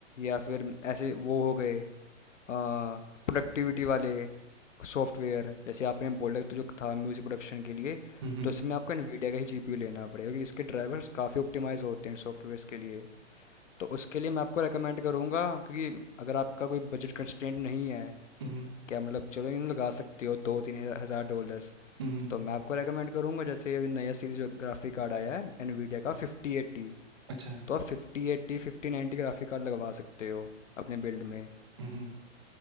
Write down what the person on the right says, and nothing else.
हम्म
हम्म
हम्म
अच्छा
हम्म